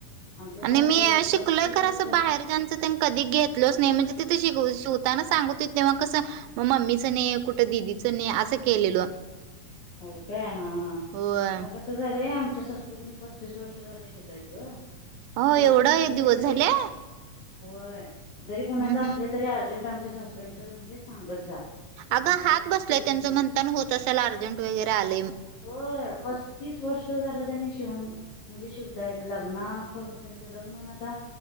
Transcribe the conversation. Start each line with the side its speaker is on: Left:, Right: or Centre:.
Left: आमच्या सासूबाई
Right: आणि मी
Left: बघ
Right: शिकलोय
Left: पस्तीस
Right: खर
Left: वर्ष
Right: असं बाहेर जाचं कधी घेतलोच नाही म्हणजे तिथे श शवताना सांगत त तेवग कसं मग मम्मीचं नाही कुठं दिदीचं नाही असं केलेलं
Left: होय काय हा हा
Right: होय.
Left: मग कस झालं आमच्या सस्प कणी पस्तीस वर्ष झालं शिवतायत ग
Right: हो
Left: कधी
Right: एवढं
Left: पण
Right: आहे
Left: म्हणजे
Right: दिवस
Left: जरी
Right: झाले
Left: होय जरी कोुणाचं
Right: हम्म
Left: असलं
Right: हम्म.
Left: तरी अर्जंट आमच्या ससबेंच म्हणजे सांगत जा म्हणजे
Right: अग हात बसलाय
Left: शिवून
Right: त्यांचं
Left: देत
Right: म्हणताना होत असाल अर्जंट वगैरे आलेय
Left: हो पस तीस वर्ष झालं त्यांनी शिवण म्हणजे शिवता येत लग्ना त्यांचं लग्नन आता